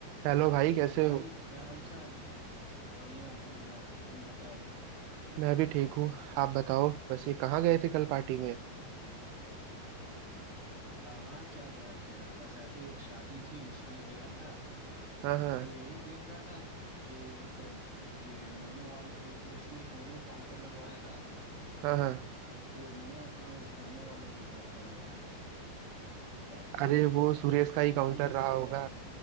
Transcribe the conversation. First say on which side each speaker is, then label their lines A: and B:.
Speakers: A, on the right; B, on the right.
A: Hello भाई कैसे
B: और भाई
A: हो
B: क्या हालचाल बढ़िया बढ़िया तुम बताओ
A: मैं भी ठीक हूँ आप बताओ वैसे कहाँ गए थे कल पार्टी में
B: कहाँ क्या गया था यार बस ऐसे ही एक शादी थी उसमें गया था
A: हाँ हाँ
B: तो यही देख रहा था कि मतलब ये मोमो वाले उ- उसने एक मोमो काउंटर लगवाया था
A: हाँ हाँ
B: तो मोमो वाले मोमो वाला जो है बड़ा मतलब क्या बोल
A: अरे
B: सकते हो
A: वो सुरेश का ही
B: एटीट्यूड
A: काउंटर रहा
B: में था
A: होगा
B: यार